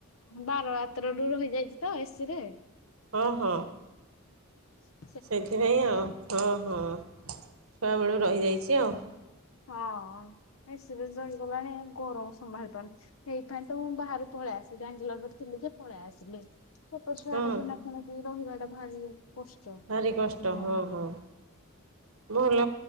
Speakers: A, on the left; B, on the right.
A: ବାର ଆତରୁ ର ହେଇଯାଇଛି ତ ଏସିି ରେ।
B: ହଁ ହଁ।
A: ହଁ।
B: ସେଥିପାଇଁ ଆଉ ହଁ ହଁ ଛୁଆବେଳୁ ରହିଯାଇଛି ଆଉ।
A: ହଁ ଏସି ରେ ରଇଗଲାଣି ଗରମ ସମ୍ଭାଳି ପାରୁନି। ସେଇପାଇ ତ ମୁଁ ବାହାରେ ପଳେଇ ଆସିଲି ବ୍ୟାଙ୍ଗୋଲରେ ଥିଲି ଯେ ପଳେଇ ଆସିଲି। ଛୋଟ ଛୁଆଟା
B: ହଁ
A: ଧନ ଖନ ରହିବା ଟା ଭାରି କଷ୍ଟ।
B: ଭାରି
A: <inaudible>
B: କଷ୍ଟ ହଁ ହଁ। ଭଲ